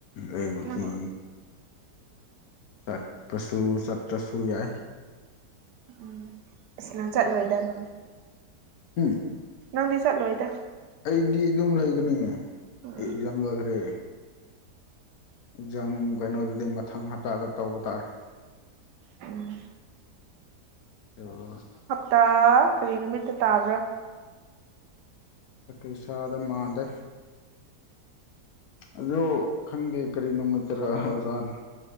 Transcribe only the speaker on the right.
ꯅꯪ
ꯎꯝ ꯑꯁꯤꯅꯪ ꯆꯠꯂꯣꯏꯗ ꯅꯪꯗꯤ
ꯅꯪꯗꯤ ꯆꯠꯂꯣꯏꯗ
ꯎꯝ
ꯎꯝ
ꯇ ꯀꯔꯤꯅꯃꯤ ꯇ ꯇꯥꯕ꯭ꯔ